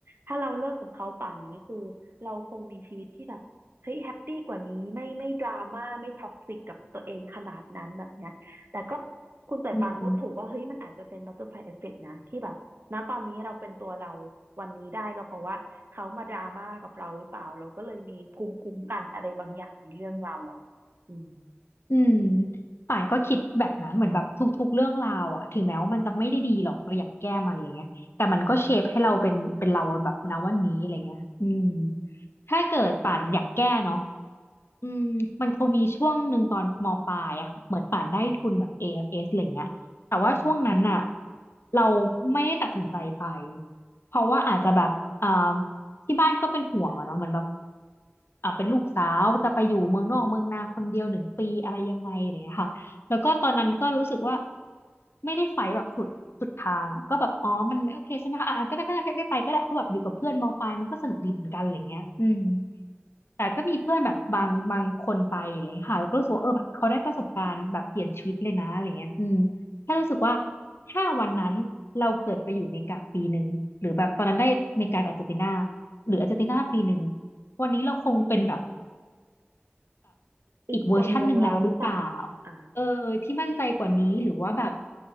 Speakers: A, on the right (about 60°); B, on the left (about 70°).
A: ถ้าเราเลิกกับเขาป่านนี้คือเราคงมีชีวิตที่แบบเฮ้ยแฮปปี้กว่านี้ไม่ไม่ดราม่าไม่ท็อกซิกกับตัวเองขนาดนั้นแบบเนี้ย แต่ก็คุณสายปานพูดถูกว่าเฮ้ยมันอาจจะเป็นบัตเตอร์ฟลายเอฟเฟกต์นะที่แบบณตอนนี้เราเป็นตัวเรา
B: อืม
A: วันนี้ได้ก็เพราะว่าเขามาดราม่ากับเราหรือเปล่าเราก็เลยมีภูมิคุ้มกันอะไรบางอย่างในเรื่องราวเหล่านี้อืม
B: อืมป่านก็คิดแบบนั้นเหมือนแบบทุกๆเรื่องราวอะถึงแม้ว่ามันจะไม่ได้ดีหรอกเราอยากแก้มันอะไรเงี้ยแต่มันก็เชฟให้เราเป็นเป็นเราแบบณวันนี้อะไรเงี้ยอืมถ้าเกิดป่านอยากแก้เนาะอืมมันคงมีช่วงหนึ่งตอนมปลายอะค่ะเหมือนป่านได้ทุนแบบ AFS อเอฟเอสอะไรเงี้ยแต่ว่าช่วงนั้นอะ
A: อืม
B: เราไม่ได้ตัดสินใจไปเพราะว่าอาจจะแบบอ่า ที่บ้านก็เป็นห่วงอะเนาะเหมือนแบบอ่าเป็นลูกสาวจะไปอยู่เมืองนอกเมืองนาคนเดียวหนึ่งปีอะไรยังไงอะไรอย่างเนี่ยค่ะแล้วก็ตอนนั้นก็รู้สึกว่าไม่ได้ไฟแบบสุดสุดทางอะก็แบบอ๋อมันไม่โอเคใช่ไหมคะอ่ะก็ได้ก็ได้ไม่ไม่ไปก็ได้เพราะแบบอยู่กับเพื่อนมปลายมันก็สนุกดีเหมือนกันอะไรเงี้ยอืม แต่ก็มีเพื่อนแบบบางบางคนไปอะไรอย่างเลยค่ะแล้วก็รู้สึกว่าเออแบบเขาได้ประสบการณ์แบบเปลี่ยนชีวิตเลยนะอะไรเงี้ยอืมแค่รู้สึกว่าถ้าวันนั้นเราเกิดไปอยู่อเมริกาปีหนึ่งหรือแบบตอนนั้นได้อเมริกากับอาร์เจนตินาหรืออาร์เจนตินาปีหนึ่งวันนี้เราคงเป็นแบบ
A: อีกคนหนึ่งเราหรือเปล่า
B: อีกเวอร์ชันหนึ่งแล้วหรือเปล่า
A: อ่า
B: เออที่มั่นใจกว่านี้หรือว่าแบบ